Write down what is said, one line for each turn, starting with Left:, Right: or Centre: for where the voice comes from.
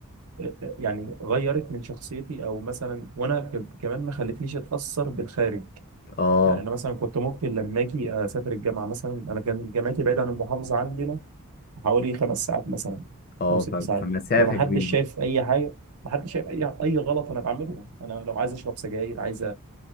Right: آه، آه، يعني غيرت من شخصيتي او مثلا وانا ك- كمان ما خلتنيش اتاثر بالخارج
Left: اه
Right: يعني انا مثلا كنت ممكن لما اجي اسافر الجامعه مثلا انا كان جامعتي بعيده عن المحافظه عندنا حوالي خمس ساعات مثلا
Left: اه
Right: او ست
Left: ف-
Right: ساعات
Left: فمسافة
Right: يعني ما
Left: كبيرة
Right: حدش شايف اي حاجه ما حدش شايف اي اي غلط انا بعمله انا لو عايز اشرب سجاير عايز